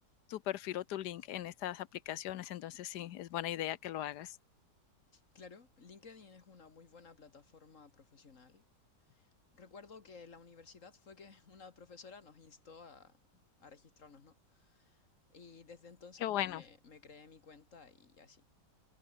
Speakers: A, on the left (about 70°); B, on the left (about 45°).
A: tu perfil o tu link en estas aplicaciones. Entonces, sí, es buena idea que lo hagas.
B: Claro, LinkedIn es una muy buena plataforma profesional. Recuerdo que en la universidad fue que <laughs> una profesora nos instó a, a registrarnos, ¿no? Y desde entonces
A: Qué bueno.
B: pues me, me creé mi cuenta y así.